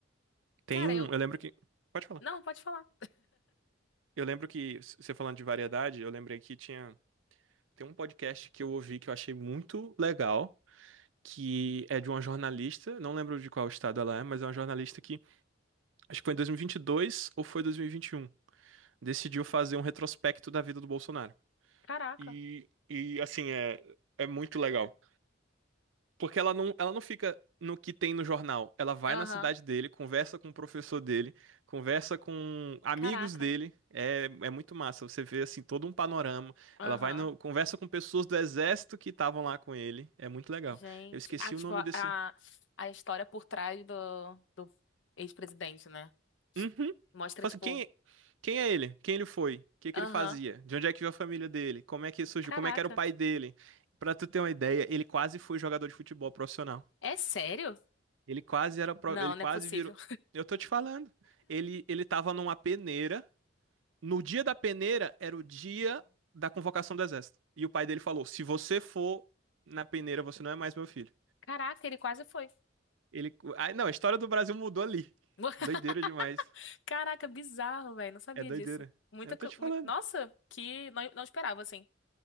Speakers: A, on the right; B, on the left.
A: Tem
B: Cara,
A: um,
B: eu.
A: eu lembro que. Pode falar.
B: Não, pode falar.
A: Eu lembro que, s- você falando de variedade, eu lembrei que tinha. Tem um podcast que eu ouvi que eu achei muito legal, que é de uma jornalista, não lembro de qual estado ela é, mas é uma jornalista que, acho que foi em 2022 ou foi dois mil e e vinte e um decidiu fazer um retrospecto da vida do Bolsonaro.
B: Caraca.
A: E, e assim, é, é muito legal. Porque ela não, ela não fica no que tem no jornal. Ela vai
B: Aham.
A: na cidade dele, conversa com o professor dele, conversa com amigos
B: Caraca.
A: dele. É, é muito massa. Você vê assim todo um panorama.
B: Aham.
A: Ela vai no, conversa com pessoas do exército que estavam lá com ele. É muito legal.
B: Gente.
A: Eu esqueci
B: Ah, tipo,
A: o nome
B: a,
A: desse.
B: a a história por trás do, do ex-presidente, né?
A: Uhum.
B: Mostra,
A: Fala
B: tipo.
A: assim, quem, é, quem é ele? Quem ele foi? O que que
B: Aham.
A: ele fazia? De onde é que veio a família dele? Como é que surgiu?
B: Caraca.
A: Como é que era o pai dele? Pra tu ter uma ideia, ele quase foi jogador de futebol profissional.
B: É sério?
A: Ele quase era, pro-
B: Não,
A: ele
B: não
A: quase
B: é possível.
A: virou. Eu tô te falando. Ele ele tava numa peneira. No dia da peneira era o dia da convocação do exército. E o pai dele falou: "Se você for na peneira, você não é mais meu filho".
B: <laughs> Caraca, ele quase foi.
A: Ele, ah, não, a história do Brasil mudou ali.
B: <laughs>
A: Doideira demais.
B: Caraca, bizarro, velho. Não sabia
A: É doideira.
B: disso. Muita,
A: Eu
B: co-
A: tô te
B: mui-
A: falando.
B: Nossa, que não, não esperava, assim.